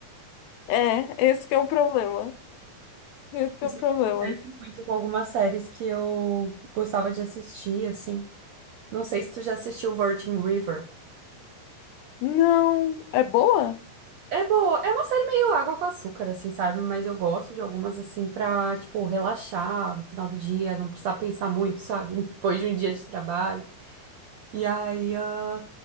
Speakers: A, on the left; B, on the right.
A: É, esse que é o problema. Esse que
B: Isso
A: é o problema.
B: acontece muito com algumas séries que eu gostava de assistir, assim. Não sei se tu já assistiu Virgin River.
A: Não, é boa?
B: É boa, é uma série meio água com açúcar, assim, sabe? Mas eu gosto de algumas, assim, pra, tipo, relaxar no final do dia, não precisar pensar muito, sabe? <laughs> Depois de um dia de trabalho. E aí, ah,